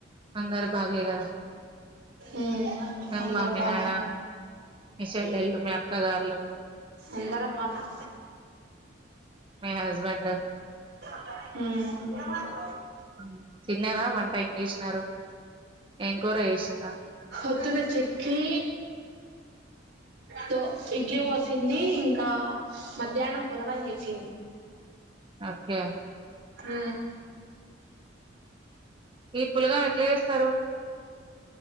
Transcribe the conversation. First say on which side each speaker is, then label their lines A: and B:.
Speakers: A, on the right; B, on the right.
A: అందరు బాగే కదా
B: ఊ
A: మేమ్
B: అందరం
A: మమ్మీ
B: బావున్నాం
A: నాయన మీ షెల్లెల్లు మీ అక్కగార్లు
B: అందరం బాగున్నాం
A: మీ హస్బెండ్
B: ఊ
A: ఊ తిన్నారా వంట ఏం చేసినారు ఏం కూర చేసి
B: హొద్దున చెక్కి తొ ఇడ్లీ పోసింది ఇంకా మధ్యాహ్నం పొలగం చేసింది
A: ఓకే
B: ఊ
A: ఈ పులగం ఎట్లా చేస్తారు